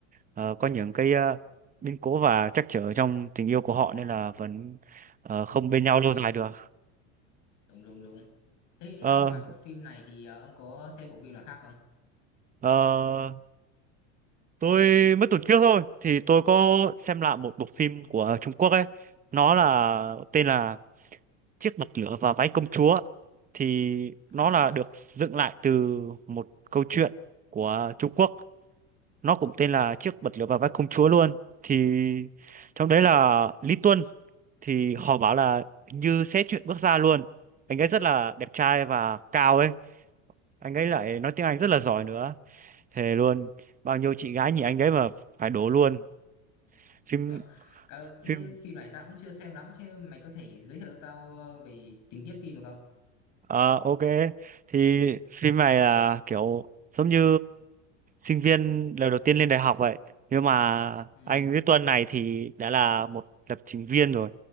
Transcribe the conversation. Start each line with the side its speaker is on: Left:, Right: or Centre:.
Right: ờ, có những cái ờ, biến cố và trắc trở trong tình yêu của họ nên là vẫn ờ, không bên nhau lâu dài được.
Left: đúng đúng đúng thế
Right: Ờ,
Left: ờ, ngoài bộ phim này thì ờ, ông có xem bộ phim nào khác không
Right: ờ, tôi mới tuần trước thôi thì tôi có xem lại một bộ phim của Trung Quốc ấy. Nó là tên là chiếc bật lửa và váy công chúa thì
Left: à
Right: nó là được dựng lại từ một câu chuyện của Trung Quốc nó cũng tên là chiếc bật lửa và váy công chúa luôn thì trong đấy là Lý Tuân thì họ bảo là như sẽ chuyện bước ra luôn anh ấy rất là đẹp trai và cao ấy anh ấy lại nói tiếng Anh rất là giỏi nữa thề luôn bao nhiêu chị gái nhìn anh ấy mà phải đổ luôn phim
Left: <laughs> Cả, thế
Right: phim
Left: phim này tao cũng chưa xem lắm chứ mày có thể giới thiệu cho tao ờ, về tình tiết phim được không?
Right: Ờ, ok thì phim này là kiểu giống như sinh viên lần đầu tiên lên đại học vậy nhưng mà
Left: Ừ,
Right: anh với Tuân này thì đã là một lập trình viên rồi